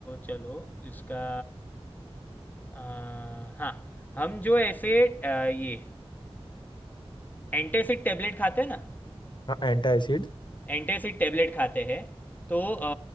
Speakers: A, on the left; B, on the left.
A: चलो इसका अ, हाँ हम जो ऐसे अ, ये एंटासिड टेबलेट खाते हैं ना
B: हाँ एंटा एसिड
A: एंटासिड टेबलेट खाते हैं तो अ,